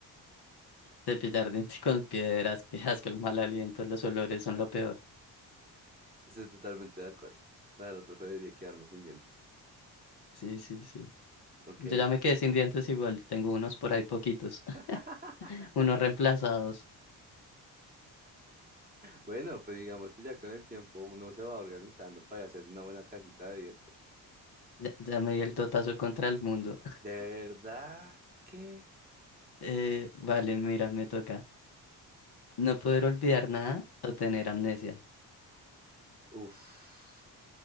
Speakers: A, on the left (about 50°); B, on the right (about 20°).
A: Cepillar <laughs> dientes con piedras, que asco, el mal aliento, los olores son lo peor.
B: Estoy totalmente de acuerdo. La verdad, preferiría quedarme sin dientes.
A: Sí, sí, sí.
B: Ok.
A: Yo ya me quedé sin dientes igual, tengo unos por ahí poquitos,
B: <laughs>
A: <laughs> unos reemplazados.
B: Bueno, pues digamos que ya con el tiempo uno se va organizando para hacerse una buena cajita de dientes.
A: Ya, ya me di el totazo contra el mundo.
B: De verdad que...
A: Eh, vale, mira, me toca. No poder olvidar nada o tener amnesia.
B: Uf,